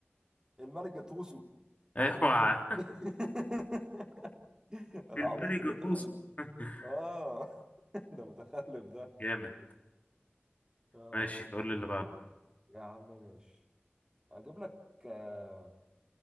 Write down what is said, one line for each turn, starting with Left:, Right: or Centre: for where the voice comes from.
Right: الملك جاتوسو
Left: اوعى <laughs>
Right: <laughs> العبيط
Left: الباني جاتوسو
Right: المتخلف
Left: <laughs>
Right: اه <laughs> ده متخلف ده
Left: جامد
Right: اه
Left: ماشي قول لي اللي بعده
Right: يا عم ماشي اجيب لك آه،